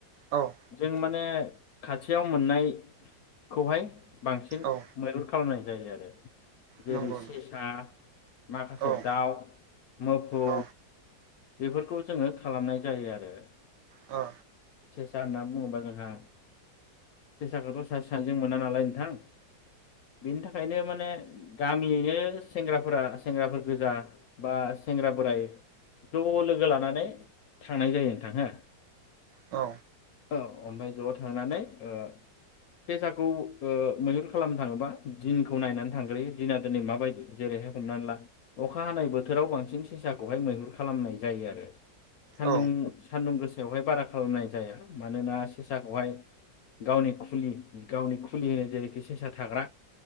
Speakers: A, on the right; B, on the left.
A: औ
B: जों माने खाथियाव मोननाय खौहाय बांसिन
A: औ
B: मैहुर खालामनाय जायो आरो जेरै
A: नंगौ
B: सेसा माखासे
A: औ
B: दाउ मोफौ
A: औ
B: बेफोरखौ जोङो खालामनाय जायो आरो
A: ओ
B: सा होनना बुङोबा जोंहा फेसाखौथ' सास सानजों मोना नालाय नोंथां बिनि थाखायनो माने गामियैनो सेंग्राफोरा सेंग्राफोर गोजा बा सेंग्रा बोराय ज' लोगो लानानै थांनाय जायो नोंथां हो
A: औ
B: औ ओमफाय ज' थांनानै ओ सेसाखौ ओ मैहुर खालामनो थाङोबा दिनखौ नायनानै थांग्रोयो दिना दिनै माबायदि जेरैहाय हमनानै ला अखा हानाय बोथोराव बांसिन सेसाखौहाय मैहुर खालामनाय जायो आरो सान्दुं
A: औ
B: सान्दुं गोस सायावहाय बारा खालामनाय जाया मानोना सेसाखौहाय गावनि खुलि गावनि खुलि होनो जेरैखि सेसा थाग्रा